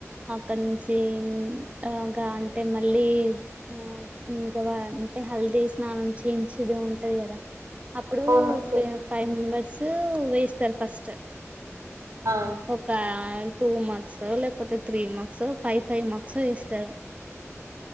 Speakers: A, on the right (about 25°); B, on the right (about 85°).
A: అక్కడ నుంచి ఆగా అంటే మళ్ళీ ఆ ఇ అే హల్దీ స్నానం చేయించది ఉంటది కదా అప్పుడు
B: అవును చేపిస్తారు
A: ఫైవ్ వేస్తస్తారు ఫస్ట్
B: ఆ
A: ఒక టూ మార్క్స్ లేకపోతే three marks five five marks వస్తారు